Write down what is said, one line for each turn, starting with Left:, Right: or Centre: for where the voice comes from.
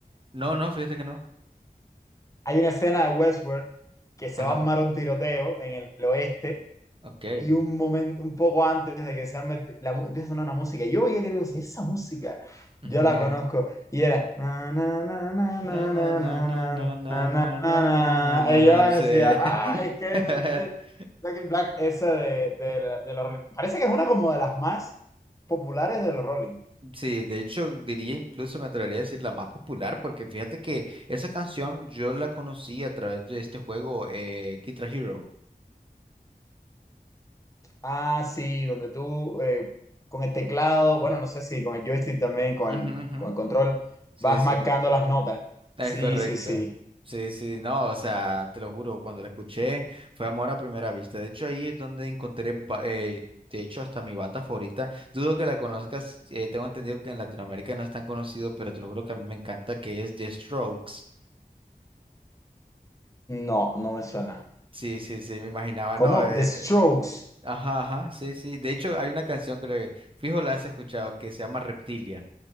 Right: No, no, fíjate que no.
Left: Hay una escena de Westworld que se
Right: Ajá,
Left: va a armar un tiroteo en el oeste
Right: ok.
Left: y un momento, un poco antes de que se han meti- la, mu- empieza a sonar una música, y yo ya creo, si esa música,
Right: <laughs>
Left: yo la conozco, y era, na, na, na, na, na,
Right: Na, na,
Left: na,
Right: na,
Left: na,
Right: na,
Left: na,
Right: na, na, na, na,
Left: na,
Right: na, na, na,
Left: na. y
Right: na.
Left: yo decía,
Right: Sí.
Left: ah, es que
Right: <laughs>
Left: es es Black in Black, esa de, de, la- de los Rolling, parece que es una como de las más populares de los Rolling,
Right: Sí, de hecho diría incluso me atrevería a decir la más popular porque fíjate que esa canción yo la conocí a través de este juego eh, Guitar Hero.
Left: ah, sí, donde tú, eh, con el teclado, bueno, no sé si con el joystick también, con
Right: Ujú,
Left: el,
Right: ujú.
Left: con el control,
Right: Sí,
Left: vas
Right: sí.
Left: marcando las notas,
Right: Es
Left: sí,
Right: correcto.
Left: sí, sí,
Right: Sí, sí, no, o sea, te lo juro, cuando la escuché fue amor a primera vista. De hecho, ahí es donde encontré, ba- eh, de hecho, hasta mi banda favorita. Dudo que la conozcas, eh, tengo entendido que en Latinoamérica no es tan conocido, pero te lo juro que a mí me encanta que es The Strokes.
Left: no, no me suena.
Right: Sí, sí, sí, me imaginaba,
Left: ¿Cómo?
Right: no, eh,
Left: The Strokes.
Right: ajá, ajá, sí, sí. De hecho, hay una canción creo que, fijo, la has escuchado, que se llama Reptilia.